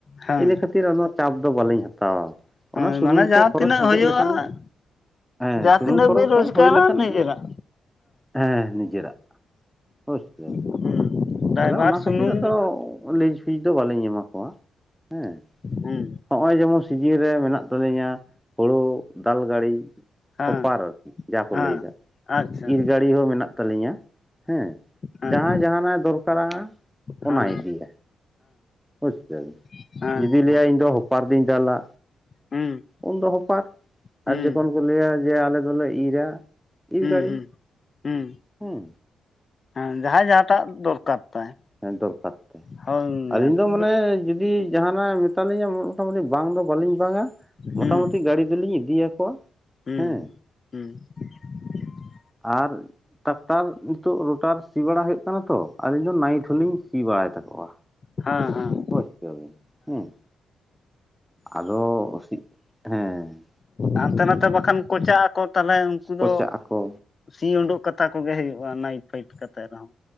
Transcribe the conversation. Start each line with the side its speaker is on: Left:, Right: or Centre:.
Left: ᱦᱮᱸ
Centre: ᱤᱱᱟᱹ ᱠᱷᱟᱹᱼᱼ ᱛᱤᱨ ᱚᱱᱟ ᱪᱟᱯ ᱫᱚ ᱵᱟᱹᱞᱤᱧ ᱦᱟᱛᱟᱣᱟ, ᱚᱱᱟ
Left: ᱦᱮᱸ
Centre: ᱥᱩᱱᱩᱢ
Left: ᱢᱟᱱᱮ
Centre: ᱠᱚ
Left: ᱡᱟᱦᱟᱸ
Centre: ᱠᱷᱚᱨᱚᱪ
Left: ᱛᱤᱱᱟᱹᱜ
Centre: ᱩᱰᱩᱜ
Left: ᱦᱩᱭᱩᱜᱼᱟ
Centre: ᱞᱮᱠᱷᱟᱱ ᱜᱮᱼᱼ ᱦᱮᱸ
Left: ᱡᱟᱦᱟᱸ
Centre: ᱥᱩᱱᱩᱢ
Left: ᱛᱤᱱᱟᱹᱜ
Centre: ᱠᱚᱨᱢᱚᱛᱚ
Left: ᱵᱤᱱ ᱨᱳᱡᱽᱜᱟᱨᱟ
Centre: ᱦᱩᱭ ᱞᱮᱠᱷᱟᱱ
Left: ᱱᱤᱡᱮᱨᱟᱜ
Centre: ᱜᱮ, ᱦᱮᱸ ᱱᱤᱡᱮᱨᱟᱜᱺ ᱦᱚᱭ ᱥᱮ
Left: ᱦᱩᱸ ᱰᱟᱭᱵᱷᱟᱨ
Centre: ᱛᱟᱞᱦᱮ ᱚᱱᱟ
Left: ᱥᱩᱱᱩᱢ
Centre: ᱠᱷᱟᱹᱛᱤᱨ ᱟᱫᱚ ᱞᱤᱡᱼᱼ ᱞᱤᱡ ᱫᱚ ᱵᱟᱞᱤᱧ ᱮᱢᱟ ᱠᱚᱣᱟ ᱦᱮᱸ
Left: ᱦᱩᱸ
Centre: ᱱᱚᱜ-ᱚᱭ ᱡᱮᱢᱚᱱ ᱥᱤᱡᱤᱱ ᱨᱮ ᱢᱮᱱᱟᱜᱼᱼ ᱛᱟᱹᱞᱤᱧᱟ ᱦᱩᱲᱩ ᱫᱟᱞ ᱜᱟᱹᱲᱤ
Left: ᱦᱮᱸ
Centre: ᱦᱚᱯᱟᱨ ᱟᱨᱠᱤ ᱡᱟ ᱠᱚ
Left: ᱦᱮᱸ
Centre: ᱞᱟᱹᱭ ᱮᱫᱟ᱾
Left: ᱟᱪᱪᱷᱟ
Centre: ᱤᱨ ᱜᱟᱹᱲᱤ ᱦᱚᱸ ᱢᱮᱱᱟᱜ ᱛᱟᱹᱞᱤᱧᱟ ᱦᱮᱸ,
Left: ᱦᱮᱸ
Centre: ᱡᱟᱦᱟᱸᱭ
Left: ᱦᱮᱸ
Centre: ᱡᱟᱦᱟᱸᱱᱟᱜ ᱮ ᱫᱚᱨᱠᱟᱨᱟᱜᱼᱟᱼᱼ
Left: ᱦᱮᱸ
Centre: ᱚᱱᱟᱭ ᱤᱫᱤᱭᱟ ᱵᱩᱡᱽ ᱥᱮ
Left: ᱟᱪᱪᱷᱟ
Centre: ᱡᱩᱫᱤ ᱞᱟᱹᱭᱟᱭ ᱤᱧ ᱫᱚ ᱦᱚᱯᱟᱨ ᱛᱤᱧ ᱫᱟᱞᱟᱼᱼ
Left: ᱦᱩᱸ᱾
Centre: ᱩᱱ ᱫᱚ ᱦᱚᱯᱟᱨ,
Left: ᱦᱩᱸ
Centre: ᱟᱨ ᱡᱚᱠᱷᱚᱱ ᱠᱚ ᱞᱟᱹᱭᱟ ᱡᱮ ᱟᱞᱮ ᱫᱚᱞᱮ ᱤᱨᱟ ᱤᱨ
Left: ᱦᱩᱸ
Centre: ᱜᱟᱹᱲᱤ
Left: ᱦᱩᱸ ᱦᱩᱸ
Centre: ᱦᱩᱸ᱾
Left: ᱦᱮᱸ ᱡᱟᱦᱟᱸᱭ ᱡᱟᱦᱟᱸᱴᱟᱜ ᱫᱚᱨᱠᱟᱨ᱾ ᱛᱟᱭ
Centre: ᱦᱮᱸ ᱫᱚᱨᱠᱟᱨ ᱛᱟᱭ,
Left: ᱦᱳᱭ
Centre: ᱟᱹᱞᱤᱧ
Left: ᱟᱨᱠᱤ
Centre: ᱫᱚ ᱢᱟᱱᱮ
Left: ᱦᱩᱸ
Centre: ᱡᱩᱫᱤ ᱡᱟᱦᱟᱸᱱᱟᱜ ᱮ ᱢᱮᱛᱟᱞᱤᱧᱟ ᱢᱚᱴᱟᱢᱩᱴᱤ ᱵᱟᱝ ᱫᱚ ᱵᱟᱹᱞᱤᱧ ᱵᱟᱝ-ᱟ, ᱢᱚᱴᱟᱢᱩᱴᱤ
Left: ᱦᱩᱸ
Centre: ᱜᱟᱲᱤ ᱫᱚᱞᱤᱧ ᱤᱫᱤᱭᱟ ᱠᱚᱣᱟ
Left: ᱦᱩᱸ
Centre: ᱦᱮᱸ᱾
Left: ᱦᱮᱸ <inaudible>
Centre: ᱟᱨ ᱴᱟᱠᱴᱟᱨ ᱱᱤᱛᱚᱜ ᱨᱩᱴᱟᱨ ᱥᱤ ᱵᱟᱲᱟ ᱦᱩᱭᱩᱜ ᱠᱟᱱᱟ ᱛᱚ, ᱟᱞᱤᱧ ᱫᱚ ᱱᱟᱭᱤᱴ ᱦᱚᱸᱞᱤᱧ ᱥᱤ ᱵᱟᱲᱟᱭ ᱛᱟᱠᱚᱣᱟ᱾
Left: ᱦᱮᱸ ᱦᱮᱸ᱾
Centre: ᱚᱵᱚᱥᱥᱳᱭ ᱦᱮᱸ᱾ ᱟᱫᱚ ᱥᱤᱜ ᱦᱮᱸ᱾
Left: ᱦᱟᱱᱛᱮ ᱱᱟᱛᱮ ᱵᱟᱠᱷᱟᱱ ᱠᱚᱪᱟᱜ ᱟᱠᱚ ᱛᱟᱦᱚᱞᱮ ᱩᱱᱠᱩ
Centre: ᱠᱚᱪᱟᱜ
Left: ᱫᱚ
Centre: ᱟᱠᱚ
Left: ᱥᱤ ᱩᱰᱩᱠ ᱠᱟ ᱛᱟ ᱠᱚᱜᱮ ᱦᱩᱭᱩᱜ-ᱟ ᱱᱟᱭᱤᱴ ᱯᱷᱟᱭᱤᱴ ᱠᱟᱛᱮ ᱨᱮᱦᱚᱸ᱾